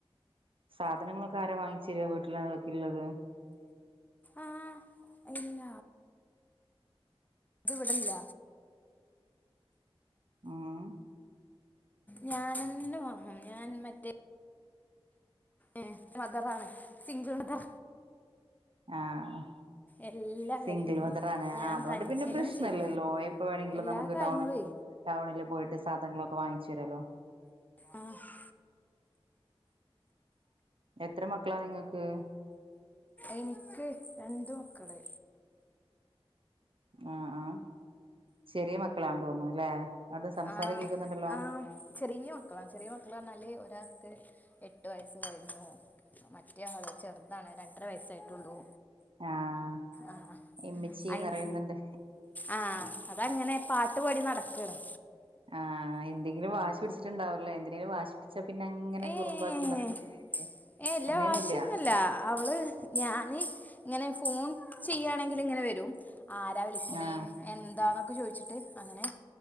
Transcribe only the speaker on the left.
ആഹ് ഇല്ല ഇത് ഇവിടില്ല
ഞാനന്നെ വാങ്ങും ഞാൻ മറ്റേ ഏ മദറാണ് സിംഗൾ മതറ
എല്ലാ
കാര്യങ്ങളും
ഞാൻ
തനിച്ചെന്നെയാണ്
ചെയ്യുന്നത്
എല്ലാ
കാര്യങ്ങളുവേ
ആഹ്
എനിക്ക് രണ്ട് മക്കള്
ആഹ്
ആഹ് ചെറിയ മക്കളാണ് ചെറിയ മക്കള പറഞ്ഞാല് ഒരാൾക്ക് എട്ട് വയസ്സ് കഴിഞ്ഞു മറ്റേ ആൾ ചെറുതാണേ രണ്ടര വയസ്സായിട്ടുള്ളൂ
ആഹ്
അയിന് ആഹ് അതങ്ങനെ പാട്ടുപാടി നടക്കാണ്
ഏ
ഏ
എല്ലാ
വാശൊന്നല്ല അവള് ഞാന് ങ്ങനെ ഫോൺ ചെയാണെങ്കിൽ ഇങ്ങനെ വരും ആരാ വിളിക്കണേ
എന്താന്നൊക്കെ ചോദിച്ചിട്ട് അങ്ങനെ